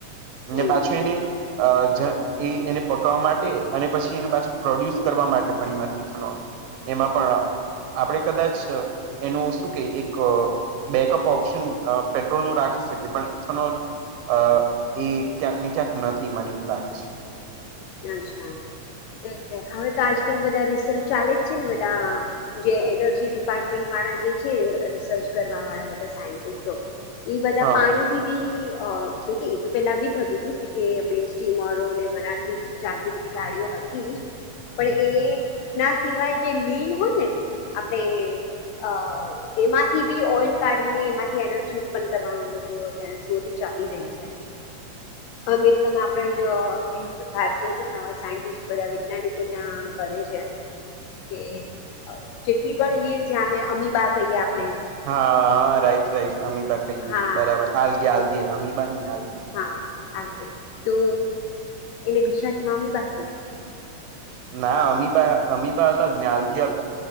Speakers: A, on the right; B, on the left.
A: ને
B: હમ
A: પાછો એને અ <unintelligible> એ એને પકડવા માટે અને પછી એને પાછું પ્રોડ્યુસ કરવા માટે પણ એમાંથી ઇથેનોલ એમાં પણ આપડે કદાચ એનું શું કે એક બેકઅપ ઓપ્શન પેટ્રોલ નું રાખી શકે પણ ઇથેનોલ અહ એ ક્યાંક ને ક્યાંક નથી, મને એવું લાગે છે.
B: અચ્છા એટલે હવે તો આજકાલ બધા રિસર્ચ ચાલે જ છે ને બધા જે એનર્જી ડિપાર્ટમેન્ટ વાળા જે છે, રિસર્ચ કરવા વાળા બધા સાયન્ટિસ્ટો એ બધા
A: હા
B: પાણી <unintelligible> જોકે એતો પેલા બી થતું હતું <unintelligible> સ્ટીમરો ને એ ભરાતી ચાલતી બધી ગાડીઓ હતી પણ એ ના સિવાય જે લીન હોય ને આપડે અહ એમાંથી બી ઓઈલ કાઢી ને એમાંથી એનર્જી ઉત્પન્ન કરવાનું એ લોકોના શોધ ચાલી રહી. છે અમેરિકામાં આપ <unintelligible> જો ભાર સાયન્ટિસ બધા વૈજ્ઞાનિકો ત્યાં કરે છે. કે જેટલી પણ લીલ ઝમે, અમીબા કહીએ આપ
A: હા, હા રાઈટ રાઈટ અમીબા કહીએ
B: હા
A: બરાબર, આલગે
B: હમ
A: આલગે અમીબા નઈ આલગે
B: હા આલગે તો એને ગુજરાતીમાં અમીબા કેહવાય.
A: ના અમીબા અમીબા અલગ ને આલગે અલગ.